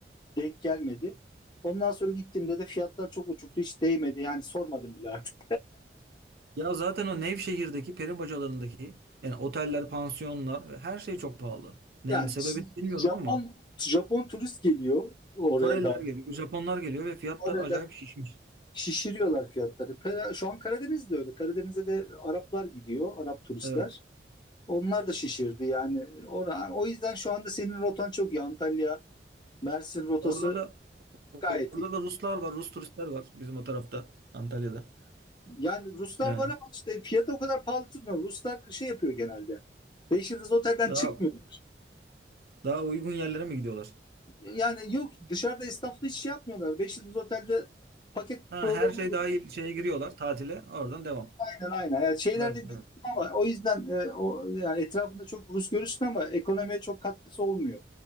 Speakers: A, on the left; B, on the right.
A: denk gelmedi. Ondan sonra gittiğimde de fiyatlar çok uçuktu. Hiç değmedi. Yani sormadım bile artık.
B: Ya zaten o Nevşehir'deki peri bacalarındaki yani oteller, pansiyonlar her şey çok pahalı. Yani
A: Yani
B: sebebi bilmiyorum
A: Japon
B: ama
A: Japon turist geliyor oraya
B: Koreliler
A: da.
B: geliyor, Japonlar geliyor ve fiyatlar
A: Orada
B: acayip şişmiş.
A: şişiriyorlar fiyatları. Kara- Şu an Karadeniz'de öyle. Karadeniz'e de Araplar gidiyor. Arap turistler.
B: Evet.
A: Onlar da şişirdi yani. Ora- O yüzden şu anda senin rotan çok iyi. Antalya, Mersin rotası
B: Orada da
A: gayet
B: orada
A: iyi.
B: da Ruslar var, Rus turistler var bizim o tarafta, Antalya'da.
A: Yani Ruslar
B: Yani
A: var ama işte fiyatı o kadar pahalı tutmuyor. Ruslar şey yapıyor genelde. Beş yıldız otelden
B: daha
A: çıkmıyorlar.
B: daha uygun yerlere mi gidiyorlar?
A: Yani yok dışarıda esnafla hiç şey yapmıyorlar. Beş yıldız otelde paket
B: Ha,
A: programı
B: her şey dahil şeye giriyorlar tatile. Oradan devam.
A: aynen aynen. Yani şeylerde
B: Evet,
A: görürsün
B: evet.
A: ama o yüzden e, o yani etrafında çok Rus görürsün ama ekonomiye çok katkısı olmuyor.